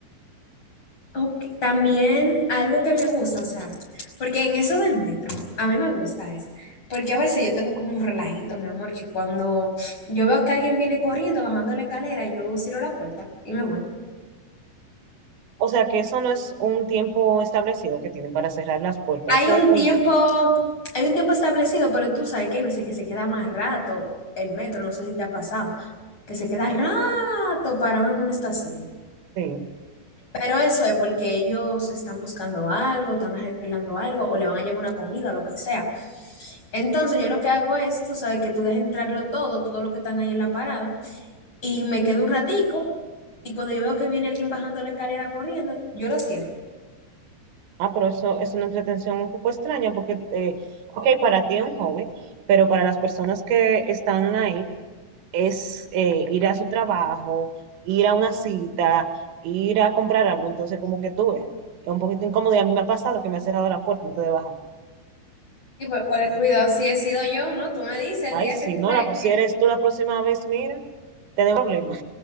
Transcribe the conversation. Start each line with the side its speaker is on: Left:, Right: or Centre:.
Left: Ok, También algo que me gusta, o sea, porque en eso del metro, a mí me gusta es, porque a veces yo tengo como un relajito, mi amor, que cuando yo veo que alguien viene corriendo, bajando la escalera, yo cierro la puerta y me voy.
Right: O sea, que eso no es un tiempo establecido que tienen para cerrar las puertas,
Left: Hay
Right: eso
Left: un
Right: es cuando-
Left: tiempo, hay un tiempo establecido, pero tú sabes que hay veces que se queda más rato el metro, no sé si te ha pasado, que se queda rato parado en una estación.
Right: sí.
Left: Pero eso es porque ellos están buscando algo, están arreglando algo, o le van a llevar una comida, lo que sea. Entonces yo lo que hago es, tú sabes, que tú dejas entrarlo todo, todo lo que están ahí en la parada, y me quedo un ratico, y cuando yo veo que viene alguien bajando la escalera corriendo, yo lo cierro.
Right: Ah, pero eso es una entretención un poco extraña porque, eh, ok, para ti es un hobby, pero para las personas que están ahí es eh, ir a su trabajo, ir a una cita, ir a comprar algo. Entonces, como que tú ves, es un poquito incómodo y a mí me ha pasado que me ha cerrado la puerta antes de bajar.
Left: Y pues, cuál- cuidado, si he sido yo, ¿no? Tú me dices,
Right: Ay,
Left: el día
Right: si
Left: que te...
Right: no, la, si eres tú la próxima vez, mira, tenemos problemas.